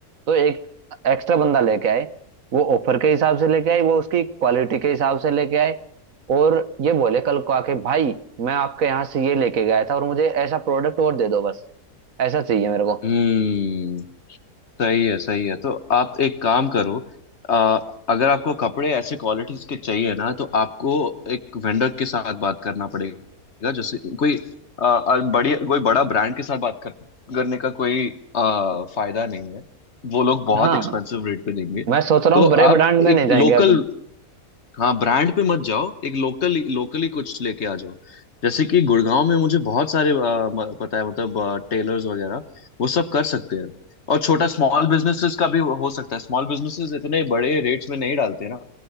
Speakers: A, on the right; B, on the left.
A: तो एक एक्स्ट्रा बंदा लेके आए वो ऑफर के हिसाब से लेके आए वो उसकी क्वालिटी के हिसाब से लेके आए और ये बोले कल को आके भाई मैं आपके यहाँ से ये लेके गया था और मुझे ऐसा प्रोडक्ट और दे दो बस ऐसा चाहिए मेरे को
B: हम्म सही है सही है तो आप एक काम करो अ, अगर आपको कपड़े ऐसे क्वालिटीज के चाहिए ना तो आपको एक वेंडर के साथ बात करना पड़ेगा जैसे कोई अ, अ, बड़ी कोई बड़ा ब्रांड के साथ बात कर, करने का कोई अ, फायदा नहीं है वो लोग बहुत
A: हाँ
B: एक्सपेंसिव रेट पे देंगे
A: मैं सोच रहा
B: तो
A: हूँ बड़े
B: आप
A: ब्रांड में
B: एक
A: नहीं जाएंगे
B: लोकल
A: अपन
B: हाँ ब्रांड पे मत जाओ एक लोकल लोकली कुछ लेके आ जाओ जैसे कि गुड़गांव में मुझे बहुत सारे आ, म- पता है मतलब टेलर्स वगैरह वो सब कर सकते हैं और छोटा स्मॉल बिजनेसेस का भी हो सकता है स्मॉल बिजनेसेस इतने बड़े रेट्स में नहीं डालते ना